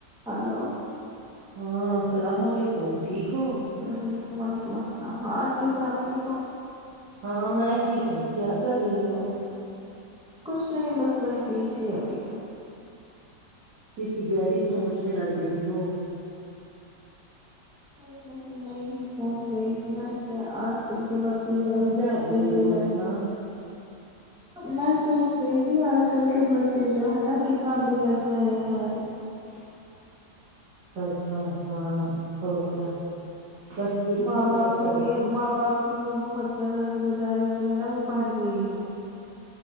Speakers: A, in the centre; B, on the right.
A: ہلو
B: ہاں السلام علیکم ٹھیک ہو
A: السلام علیکم وعلیکم السلام ہاں اچھے سے آپ ٹھیک ہو
B: ہاں میں ٹھیک ہوں کیا کر رہی ہ
A: کچھ نہیں بس بیٹھی تھی ابھی
B: کسی گہری سوچ میں لگ رہی ہو
A: ارے نہیں میں یہی سوچ رہی تھی نا کہ آج ان کے بچے جو
B: اونچا
A: ہیں کتنے
B: بولو
A: بگڑ
B: ہاں
A: میں سوچ رہی کہ آج کل کے بچے چیز جو ہے نا کتنا بگڑ رہے
B: جی
A: ہیں
B: سچ میں ہاں ہو کیا بس یہی
A: ماں
B: فکر
A: باپ
B: تھا
A: کے لیے ماں باپ کے لیے بہت زیادہ ذمہ داری جو ہے نا وہ بڑھ گئی ہے